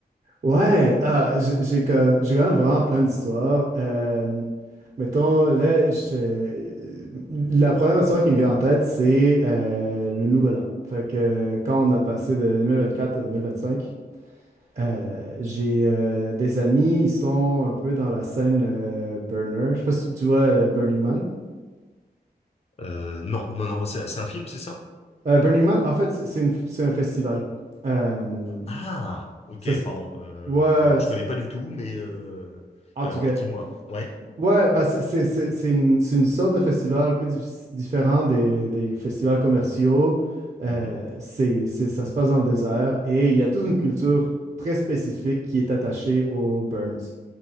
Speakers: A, on the right; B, on the left.
A: Ouais, ah, j'ai j'ai comme- j'ai quand même vraiment plein d'histoires. Euh, mettons, là, je- la première histoire qui me vient en tête, c'est euh, le Nouvel An. Fait que euh, quand on a passé de 2024 à 2025, euh, j'ai euh, des amis, ils sont un peu dans la scène euh, Burner. Je sais pas si tu vois euh, Burning Man.
B: Euh, non, non, non, c'est c'est un film, c'est ça?
A: Euh, Burning Man, en fait, c'est c'est une- c'est un festival. Euh,
B: Ah, ok,
A: ça se-
B: pardon. Euh,
A: ouais,
B: alors, je
A: c'est-
B: connais pas du tout, mais euh,
A: en
B: alors
A: tout cas.
B: dis-moi. Ouais.
A: Ouais, bah c'est c'est- c'est- c'est une, c'est une sorte de festival un peu diffi- différent des, des festivals commerciaux. Euh,
B: Mhm,
A: c'est, c'est- ça se passe dans le désert et il y a toute une culture très spécifique qui est attachée aux burns.